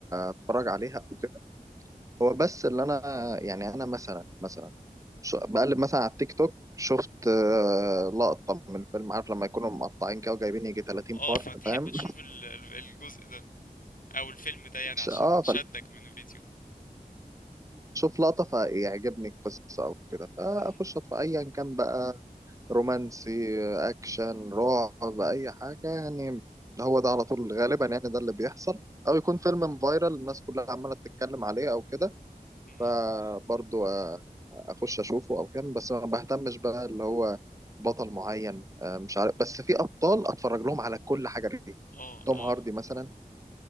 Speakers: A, on the right; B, on the left.
A: بتفرج عليها او كده هو بس اللي انا يعني انا مثلا مثلا شو- بقلب مثلا على التيك توك شفت آه، لقطه من الفيلم عارف لما يكونوا مقطعين كده وجايبين يجي 30
B: اه
A: بارت
B: فتحب
A: فاهم
B: تشوف ال- ال- الجزء ده او الفيلم ده يعني
A: <laughs>
B: عشان
A: اه
B: شدك
A: فال
B: من الفيديو
A: شوف لقطة فيعجبني القصة أو كده
B: <laughs>
A: فأخش
B: مهم.
A: أطفى أيا كان بقى رومانسي أكشن رعب أي حاجة يعني هو ده على طول غالبا يعني ده اللي بيحصل أو يكون فيلم فايرال الناس كلها عمالة تتكلم عليه أو كده
B: مهم.
A: فبرضو آه، أخش أشوفه أو كده بس ما بهتمش بقى اللي هو بطل معين آه، مش عارف بس في أبطال أتفرج لهم على كل حاجة ليه
B: اه
A: توم
B: اه
A: هاردي
B: <laughs>
A: مثلا